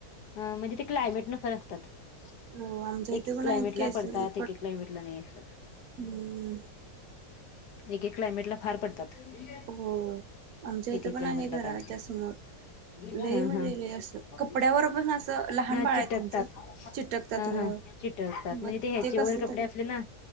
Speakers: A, on the left; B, on the right.
A: हा अ, म्हणजे ते क्लायमेट न परततात एक
B: हो आमच्या इथे
A: -एक
B: पण
A: क्लायमेटला
B: आहेत केस
A: पडतात.
B: लय
A: एक- एक क्लायमेटला नाही अस.
B: हम्म...
A: एकेक क्लायमेटला फार पडतात, <unintelligible>
B: हो आमच्या इथं
A: एकेक
B: पण
A: क्लायमेटला
B: आहे घराच्या
A: काय नाही.
B: समोर
A: <unintelligible>
B: लय
A: हा-
B: म्हणजे
A: हा
B: लय असं कपड्यावर पण असं लहान
A: -हा
B: बाळ
A: चिटकतात
B: आहे त्यांचं चिटकतात
A: हा-
B: हो
A: हा. चिटकतात,
B: मग
A: म्हणजे ते ह्याचे
B: कसं
A: वगैरे कपडे
B: तर
A: असले ना.